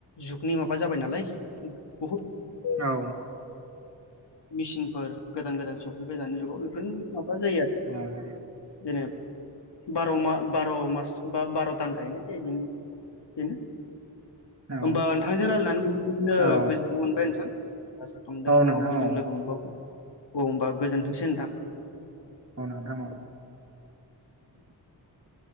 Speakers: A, on the left (about 70°); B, on the right (about 35°).
A: जुगनि माबा जाबाय नालाय बहुद
B: औ
A: मिसिनफोर गोदान गोदान सब फैबाय दानि जुगाव बेफोरनो माबा जायो आरो
B: औ
A: जेनेब बार' मा बार' मास बा बार' दान गायनाय जायो बेन बेनो
B: औ
A: ओमबा नोंथांजों रायलायनानै बिदिनो
B: औ
A: ओ गोजोननाय मोनबाय नोंथां आसा खामदों
B: औ नोंथां
A: उनाव बो
B: औ
A: जों लोगो मोनबावगोन औ ओमबा गोजोन्थोंसै नोंथां
B: औ नोंथाङो औ
A: <inaudible>